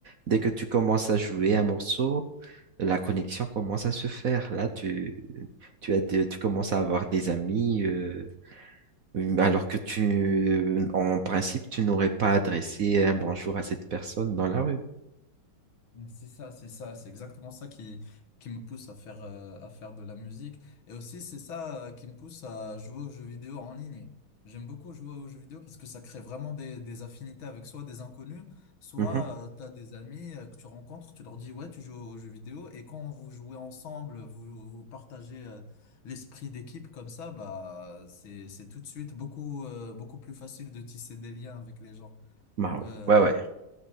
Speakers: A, on the right (about 55°); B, on the left (about 70°).
A: Dès que tu commences à jouer un morceau, la connexion commence à se faire. Là, tu tu as des- tu commences à avoir des amis euh, alors que tu en principe tu n'aurais pas adressé un bonjour à cette personne dans la rue.
B: C'est ça, c'est ça, c'est exactement ça qui, qui me pousse à faire, euh, à faire de la musique. Et aussi, c'est ça euh, qui me pousse à jouer aux jeux vidéo en ligne. J'aime beaucoup jouer aux jeux vidéo parce que ça crée vraiment des, des affinités avec soit des inconnus, soit
A: Mhm.
B: tu as des amis euh, que tu rencontres, tu leur dis, ouais, tu joues aux jeux vidéo. Et quand vous jouez ensemble, vous, vous partagez euh, l'esprit d'équipe comme ça, bah, c'est, c'est tout de suite beaucoup, euh, beaucoup plus facile de tisser des liens avec les gens.
A: Bah oui.
B: Euh,
A: Ouais, ouais.